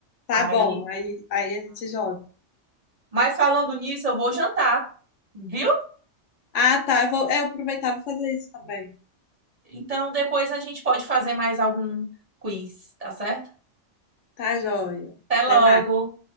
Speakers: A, on the left; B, on the right.
A: Tá
B: Aí.
A: bom, aí, aí a gente joga.
B: Mas falando nisso, eu vou jantar, viu?
A: Ah, tá. Eu vou, é, eu aproveitar e vou fazer isso também.
B: Então depois a gente pode fazer mais algum quiz, tá certo?
A: Tá, joia.
B: Até logo!
A: Até mais.